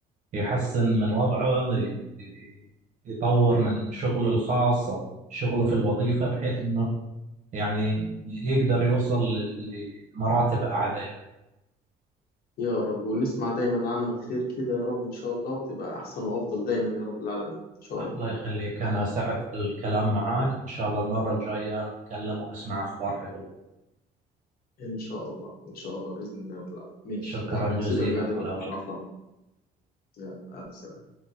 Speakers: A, on the right; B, on the left.
A: يحسن من وضعه ي- ي- يطور من شغله الخاص او شغله في الوظيفة بحيث انه يعني يقدر يوصل لمراتب اعلى يعني.
B: يا رب ونسمع دايما عنك خير كده يا رب إن شاء الله وتبقى أحسن وأفضل دايما يا رب العالمين إن شاء الله
A: الله يخليك أنا سعدت بالكلام معاك وإن شاء الله المرة الجاية نتكلم ونسمع أخبار حلوة
B: إن شاء الله إن شاء الله بإذن الله رب العالمين ماشي
A: شكرا
B: يلا
A: جزيلا
B: هسيبك بقى دلوقتي
A: على وقتك
B: مش هعطلك يلا ألف سلامة